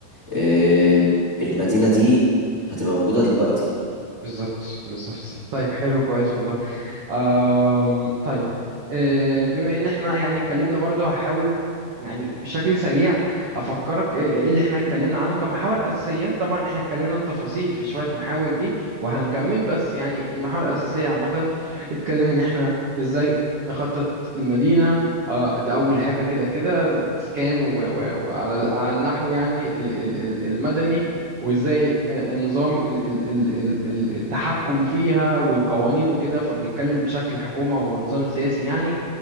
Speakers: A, on the left (about 15°); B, on the right (about 60°).
A: آه، المدينه دي هتبقى موجوده دلوقتي
B: بالظبط بالظبط طيب حلو كويس والله آم، طيب آه، بما ان احنا يعني اتكلمنا برضو هحاول يعني بشكل سريع افكرك آه، ايه اللي احنا اتكلمنا عنه كمحاور اساسيه طبعا احنا اتكلمنا بتفاصيل في شويه محاور دي وهنكمل بس يعني المحاور الاساسيه عامه اتكلمنا ان احنا ازاي نخطط المدينه آه، ده اول حاجه كده كده اسكان و- و- وعلى على النحو يعني ال- ال- ال- المدني وازاي آه، النظام ال- ال- ال- ال- ال- التحكم فيها والقوانين وكده فبنتكلم بشكل حكومة ونظام سياسي يعني